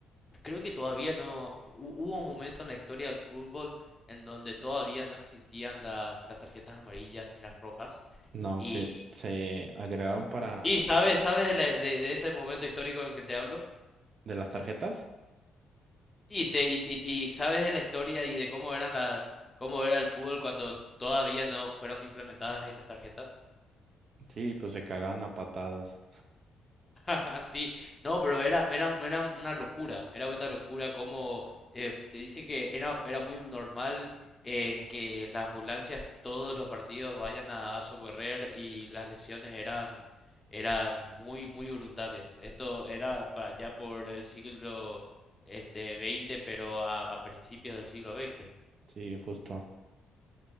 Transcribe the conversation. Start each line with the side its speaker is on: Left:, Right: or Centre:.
Left: creo que todavía no, hu- hubo un momento en la historia del fútbol en donde todavía no existían las, las tarjetas amarillas ni las rojas.
Right: No,
Left: Y,
Right: se, se agregaron para
Left: y sabes, sabes de, la- de de ese momento histórico en que te hablo?
Right: de las tarjetas.
Left: Y, te, y, y- y sabes de la historia y de cómo eran las, cómo era el fútbol cuando todavía no fueron implementadas estas tarjetas.
Right: Sí, pues se cagaban a patadas.
Left: <laughs> Sí, no, pero era, era, era una locura, era una locura como eh, te dice que era, era muy normal en que las ambulancias todos los partidos vayan a, a socorrer y las lesiones eran, eran muy, muy brutales. Esto era para allá por el siglo este, veinte pero a, a principios del siglo veinte
Right: Sí, justo.